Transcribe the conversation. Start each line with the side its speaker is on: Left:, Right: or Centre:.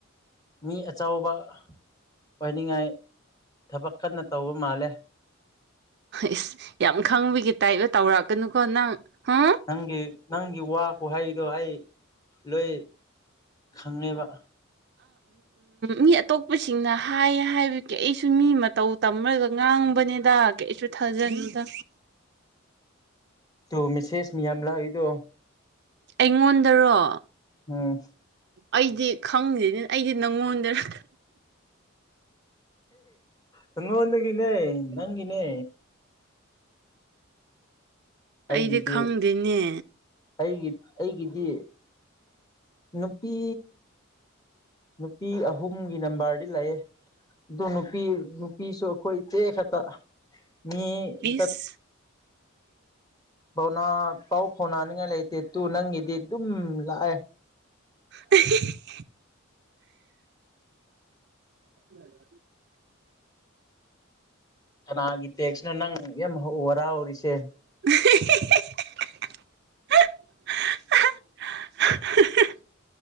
Left: ꯃꯤ ꯑꯆꯥꯎꯕ ꯑꯣꯏꯅꯤꯡꯉꯥꯏ ꯊꯕꯛ ꯀꯟꯅ ꯇꯧꯕ ꯃꯥꯜꯂꯦ
Right: ꯏꯁ ꯌꯥꯝ ꯈꯪꯕꯒꯤ ꯇꯥꯏꯞꯒ ꯇꯧꯔꯛꯀꯅꯨꯀꯣ ꯅꯪ ꯍꯥ
Left: ꯅꯪꯒꯤ ꯅꯪꯒꯤ ꯋꯥ ꯀꯍꯩꯗꯣ ꯑꯩ ꯂꯣꯏ ꯈꯪꯉꯦꯕ
Right: ꯃꯤ ꯑꯇꯣꯞꯄꯁꯤꯡꯅ ꯍꯥꯏꯌꯦ ꯍꯥꯏꯕꯒꯤ ꯑꯩꯁꯨ ꯃꯤ ꯃꯇꯧ ꯇꯝꯃꯒ ꯉꯥꯡꯕꯅꯤꯗ ꯀꯩꯁꯨ ꯊꯥꯖꯅꯤꯗ
Left: ꯇꯨ ꯃꯤꯁꯦꯁ ꯃꯤ ꯌꯥꯝ ꯑꯃ ꯂꯛ ꯏꯗꯣ
Right: ꯑꯩꯉꯣꯟꯗꯔꯣ
Left: ꯎꯝ
Right: ꯑꯩꯗꯤ ꯈꯪꯁꯤꯅꯤ ꯑꯩꯗꯤ ꯅꯪꯉꯣꯟꯗꯅ
Left: ꯅꯉꯣꯟꯗ ꯒꯤꯅꯦ ꯅꯪꯒꯤꯅꯦ ꯑꯩꯒꯤꯗꯤ
Right: ꯑꯩꯗꯤ ꯈꯪꯗꯦꯅꯦ
Left: ꯑꯩꯒꯤ ꯑꯩꯒꯤꯗꯤ ꯅꯨꯄꯤ ꯅꯨꯄꯤ ꯑꯍꯨꯝꯒꯤ ꯅꯝꯕꯔꯗꯤ ꯂꯩꯌꯦ ꯑꯗꯨ ꯅꯨꯄꯤ ꯅꯨꯄꯤꯁꯨ ꯑꯩꯈꯣꯏ ꯏꯇꯦ ꯈꯛꯇ ꯃꯤ ꯑꯝꯇ
Right: ꯕꯤꯁ
Left: ꯄꯥꯎꯅꯥ ꯄꯥꯎ ꯐꯥꯎꯅꯅꯤꯡꯉꯥꯏ ꯂꯩꯇꯦ ꯇꯨ ꯅꯪꯒꯤꯗꯤ ꯑꯗꯨꯝ ꯂꯥꯛꯑꯦ
Right: ꯑ ꯎꯝ
Left: ꯀꯅꯥꯒꯤ ꯇꯦꯛꯁꯅꯣ ꯅꯪ ꯌꯥꯝ ꯍꯔꯥꯎꯔꯤꯁꯦ
Right: <unintelligible> <unintelligible>